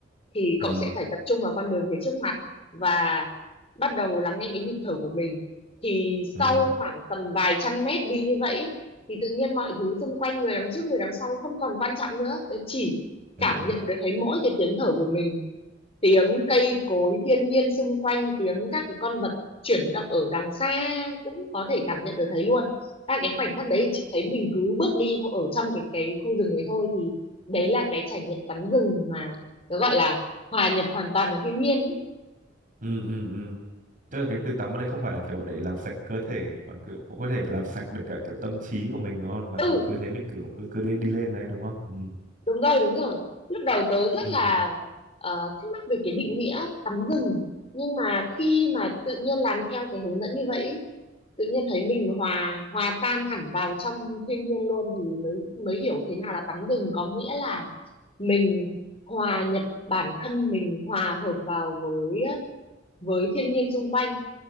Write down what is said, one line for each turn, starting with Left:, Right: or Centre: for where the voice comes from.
Left: thì cậu
Right: ừ
Left: sẽ phải tập trung vào con đường phía trước mặt và bắt đầu lắng nghe cái nhịp thở của mình thì
Right: ừ
Left: sau khoảng tầm vài trăm mét đi như vậy ý, thì tự nhiên mọi thứ xung quanh người đằng trước người đằng sau không còn quan trọng nữa tớ chỉ
Right: ừ
Left: cảm
Right: ừ ừ ừ
Left: nhận
Right: ừ
Left: được thấy mỗi cái tiếng thở của mình tiếng cây cối thiên nhiên xung quanh tiếng các cái con vật chuyển động ở đằng xa cũng có thể cảm nhận được thấy luôn và cái khoảnh khắc đấy thì chị thấy mình cứ bước đi thôi, ở trong cái cái khu rừng đấy thôi thì đấy là cái trải nghiệm tắm rừng mà nó gọi là hòa nhập hoàn toàn vào thiên nhiên ý
Right: ừ ừ ừ ừ. tức là cái từ tắm ở đây không phải là kiểu để làm sạch cơ thể mà kiểu cũng có thể làm sạch được cả kiểu tâm trí của mình đúng không và kiểu
Left: ừ
Right: cứ thế mình kiểu cứ cứ đi, đi lên đấy đúng không ừ
Left: đúng rồi đúng rồi lúc đầu tớ rất
Right: ừ
Left: là ờ, thắc mắc về cái định nghĩa tắm rừng nhưng mà khi mà tự nhiên làm theo cái hướng dẫn như vậy tự nhiên thấy mình hòa hòa tan hẳn vào trong thiên nhiên luôn thì mới mới hiểu thế nào là tắm rừng có nghĩa là mình hòa nhập bản thân mình hòa hợp vào với với thiên nhiên xung quanh